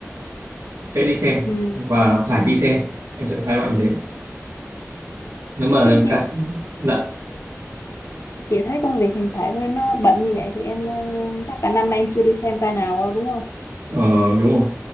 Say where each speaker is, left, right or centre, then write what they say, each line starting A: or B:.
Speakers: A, on the right (about 80°); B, on the left (about 60°).
A: sẽ đi xem
B: Ừ.
A: và phải đi xem em sẽ có hai loại như thế nếu mà
B: Chứ, chứ
A: ca sĩ dạ
B: chị thấy công việc hiện tại của em nó bận như vậy thì em ờ, chắc cả năm nay em chưa đi xem ca nào đâu đúng không?
A: ờ, đúng rồi